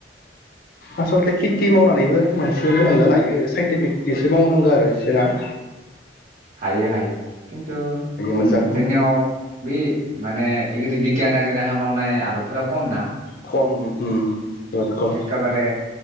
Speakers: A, on the left; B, on the right.
A: आस'ल'थे थि मावनानैबो मानसिया गोनां जानो हायो साइन्टिफिक एसे मावनांगौ आरो जेरा
B: हायो हायो। खिन्थु
A: मोजां
B: ओम जोंनियाव बे माने एगिदि बिगियानारि राहा मावनाय आदबफोरा खम ना
A: खम उम बुहुत खम
B: एखेबारे